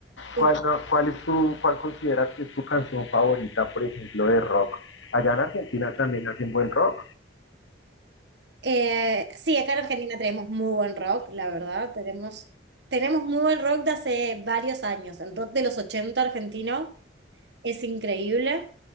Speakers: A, on the right; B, on the left.
A: Eh,
B: cuál, no- cuál es tu, cuál consideras que es tu canción favorita, por ejemplo, de rock? Allá en Argentina también hacen buen rock,
A: Eh, sí, acá en Argentina tenemos muy buen rock, la verdad. Tenemos, tenemos muy buen rock de hace varios años. El rock de los 80 argentino es increíble.